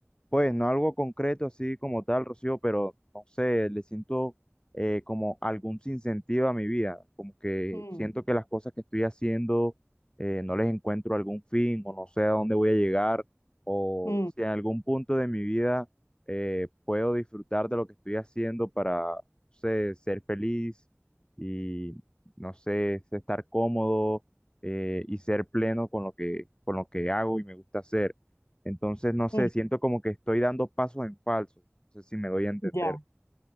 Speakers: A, on the left; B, on the left.
A: Pues no algo concreto así como tal, Rocío, pero no sé, le siento eh, como algún sinsentido a mi vida, como que
B: Mm,
A: siento que las cosas que estoy haciendo eh, no les encuentro algún fin o no sé a dónde voy a llegar o
B: mm,
A: si en algún punto de mi vida eh, puedo disfrutar de lo que estoy haciendo para, no sé, ser feliz y, no sé, estar cómodo eh, y ser pleno con lo que, con lo que hago y me gusta hacer. Entonces, no sé,
B: mm,
A: siento como que estoy dando pasos en falso. No sé si me doy a entender.
B: ya.